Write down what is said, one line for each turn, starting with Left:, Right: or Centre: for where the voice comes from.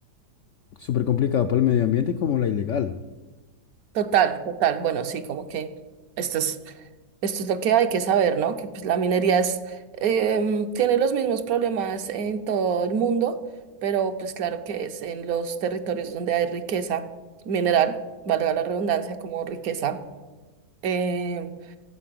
Left: súper complicado para el medio ambiente como la ilegal.
Right: Total, total. Bueno, sí, como que esto es, esto es lo que hay que saber, ¿no? Que pues la minería es, em, tiene los mismos problemas en todo el mundo, pero pues claro que es en los territorios donde hay riqueza mineral, valga la redundancia, como riqueza em,